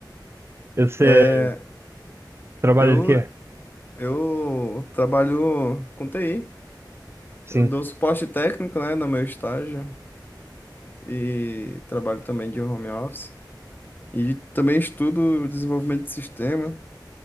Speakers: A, on the right; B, on the left.
A: E Você
B: É,
A: trabalha
B: eu,
A: de quê?
B: eu trabalho com TI.
A: Sim.
B: Eu dou suporte técnico, né, no meu estágio e trabalho também de home office. E também estudo desenvolvimento de sistema.